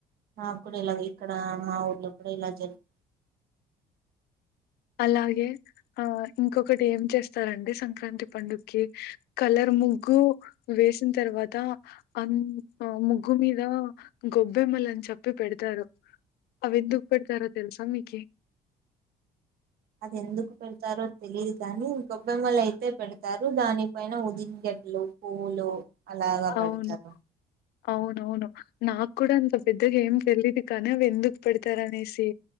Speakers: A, on the right; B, on the left.
A: మా కూడా ఇలాగ ఇక్కడ మా ఊర్లో కూడా ఇలా జరుగుం
B: అలాగే ఆ ఇంకొకటి ఏం చేస్తారంటే సంక్రాంతి పండుగకి కలర్ ముగ్గు వేసిన తర్వాత అంద్ ముగ్గు మీద గొబ్బెమ్మ అని చెప్పి పెడతారు అవి ఎందుకు పెడతారో తెలుసా మీకు
A: అది ఎందుకు పెడతారో తెలిదు కాని గొబ్బెమ్మలు అయితే పెడతారు దానిపైన ఉది గ పండ్లు పువ్వులు అలాగా
B: అవును
A: పెడతారు
B: అవునవును నాకు కూడా అంత పెద్దగా ఏం తెలీదు కానీ అవి ఎందుకు పెడతారు అనేసి